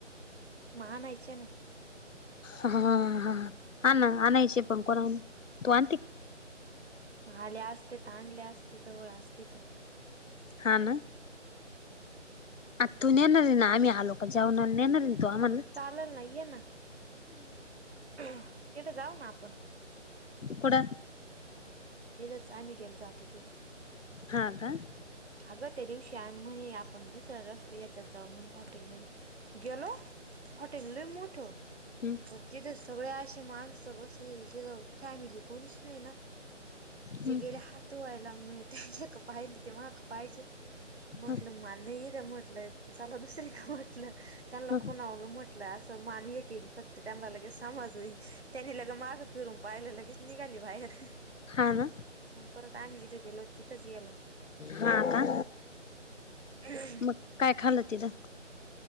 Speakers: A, on the right (about 55°); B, on the left (about 80°).
A: मानयचे ना
B: हा हा हा ना आणायचे पण कोणा तू आणते का
A: आल्या असते तर आणल्या असते जवळ असते तर
B: हा ना
A: हम्म
B: आ तू नेणार आहे ना आम्ही आलोक जाऊन नेणार आहे ना तू आम्हाला
A: चालल नाहीये ना तथं जाऊ ना आपण
B: कड
A: तथच आम्ही गेला जातो तिडं
B: हा का हम्म
A: अगं त्या दिवशी म्हण आपण दुसऱ्या रस् याच्यात जाऊ म्हणे हॉटेलमध्ये गेलो हॉटेल ल मोठो
B: हम्म
A: तिथं सगळे असे माणसं बसले तथ फॅमिली कोणीच नाही ना ते
B: हम्म
A: गेले हातो ला मट पाहि तेव क पायचे म्हटलं
B: हम्म
A: मान्य ग म्हटलंय चला दुसर का म्हटलं त्यांना
B: हम्म
A: खुून आवलं म्हटलं अस मान्य केली फक्त त्यांना लगे समज त्यांनी लगे माग फिरून पाहिले लगेच निघाली बाहेर
B: हा ना
A: मग परत आम्ही जिथे गेलो तिथंच गेलो
B: हा का
A: हम्
B: मग काय खाल्लं तिलां